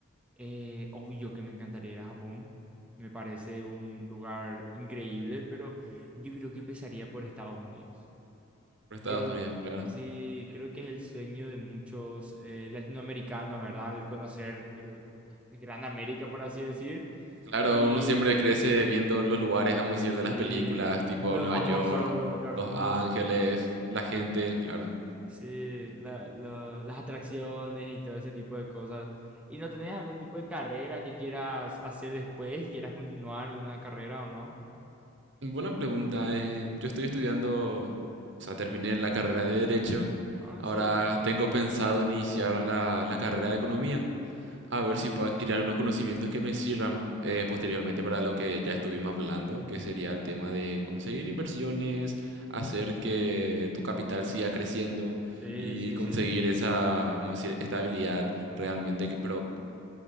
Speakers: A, in the centre; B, on the right (about 60°).
A: eh, obvio que me encantaría ir a Japón. Me parece un lugar increíble, pero yo creo que empezaría por Estados Unidos.
B: por Estados
A: Creo,
B: Unidos, claro.
A: sí, creo que es el sueño de muchos eh, latinoamericanos, ¿verdad? El conocer el, el Gran América, por así decir.
B: Claro,
A: Y
B: uno siempre crece viendo los lugares, vamos a decir,
A: sí,
B: de las películas, tipo
A: los
B: Nueva
A: famosos,
B: York,
A: los
B: Los
A: famosos,
B: Ángeles, la gente, claro.
A: sí, la- lo- las atracciones y todo ese tipo de cosas. ¿Y no tenés algún tipo de carrera que quieras hacer después y quieras continuar una carrera o no?
B: Buena pregunta. eh, yo estoy estudiando, o sea, terminé la carrera de Derecho.
A: Ah, ¿en
B: Ahora
A: serio?
B: tengo pensado iniciar la, la carrera de Economía. A
A: Ah,
B: ver si puedo adquirir algunos conocimientos que me sirvan eh, posteriormente para lo que ya estuvimos hablando, que sería el tema de conseguir inversiones, hacer que tu capital siga creciendo
A: sí,
B: y
A: sí,
B: conseguir
A: sí.
B: esa, vamos a decir, estabilidad realmente, que- pero